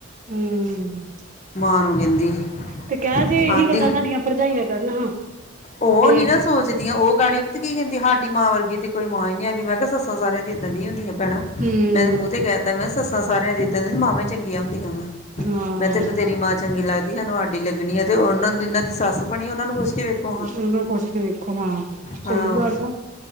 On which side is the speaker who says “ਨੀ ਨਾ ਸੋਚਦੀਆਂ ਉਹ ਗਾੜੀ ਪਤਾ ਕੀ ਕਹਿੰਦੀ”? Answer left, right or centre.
Left